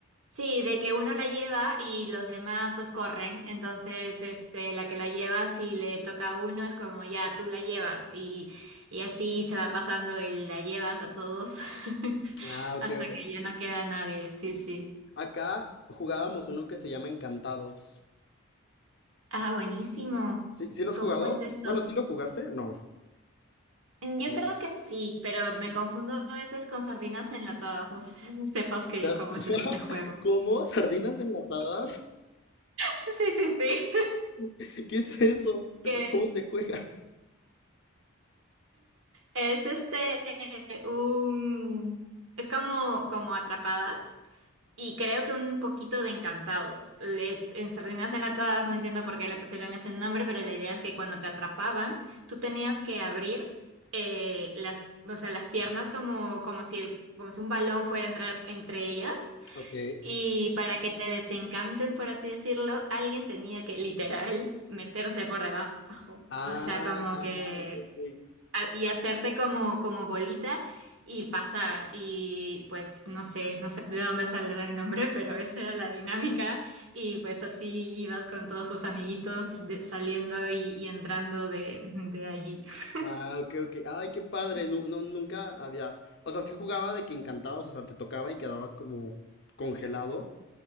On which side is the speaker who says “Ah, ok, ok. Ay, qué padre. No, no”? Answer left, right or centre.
Left